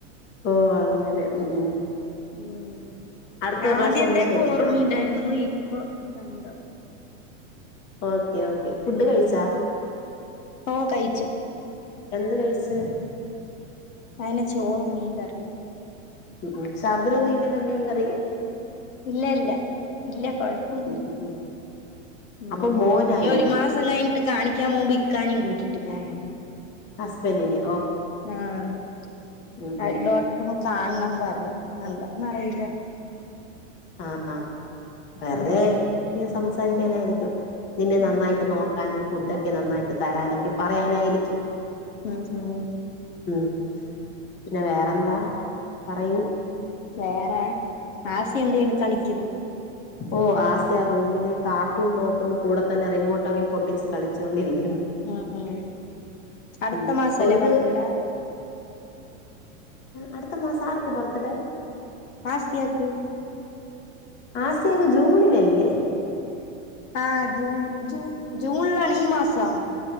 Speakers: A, on the left; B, on the left.
A: ഓ അങ്ങനെ ഉം ഉം
B: ഉം
A: അടുത്ത പ്രാവശ്യം
B: ആദ്യത്തെക്കെ
A: ഒന്ന് ശ്രദ്ധിക്കണം
B: ഓർമ്മയുണ്ടായിരുന്നു ഇപ്പം എന്തോ
A: ഓക്കെ ഓക്കെ ഫുഡ് കഴിച്ചാ
B: ഓ കഴിച്ചു
A: എന്ത് കഴിച്ച്
B: അയിന ചോറും മീൻ കറി
A: ഉം ശർദിലൊന്നും ഇല്ലല്ലോ മീൻകറി
B: ഇല്ല ഇല്ല ഇല്ല കൊഴപ്പൊന്നുല്ല
A: ഉം ഉം ഉം
B: ഉം
A: അപ്പൊ മോനായിരിക്കും
B: ഇനി ഒരു മാസം കഴിഞ്ഞിട്ട് കാണിക്കാൻ പോവുമ്പം ഇക്കാനേം കൂട്ടി ട്ട് പോണം
A: ഹസ്ബൻൻ്റിന്
B: ആ
A: ഉം ഉം ഉം
B: ഡോക്ടറെ കാണണം പറഞ്ഞു എന്താന്ന് അറിയില്ല
A: ആഹ് ആഹ് വെറുതെ
B: ഉം
A: ഇങ്ങനെ സംസാരിച്ച് സംസാരിക്കാനായിരിക്കും നിന്നെ
B: ഉം
A: നന്നായിട്ട് നോക്കാനും ഫുഡൊക്കെ നന്നായിട്ട് തരാനൊക്കെ പറയാനായിരിക്കും
B: ഉം ഉം
A: ഉം പിന്നെ വേറെന്താ പറയൂ
B: വേറെ ആസിയ എന്താണ് കളിക്കുന്നോ
A: ഓ ആസിയ റൂമില് കാർട്ടൂൺ നോക്കുന്ന കൂടെ തന്നെ റിമോട്ടൊക്കെ പൊട്ടിച്ച് കളിച്ചോണ്ടിരിക്കും
B: ഉം ഉം അടുത്ത
A: ഉം
B: മാസമല്ലേ
A: ഒരുത്
B: ബർത്ത്ടാ
A: അടുത്ത മാസം ആർക്ക് ബർത്ത് ഡേ
B: ആസിയാക്ക്
A: ആസിയക്ക് ജൂണിൽ അല്ലേ
B: ആഹ ജൂൺ ജൂ ജൂണിലാണ് ഈ മാസം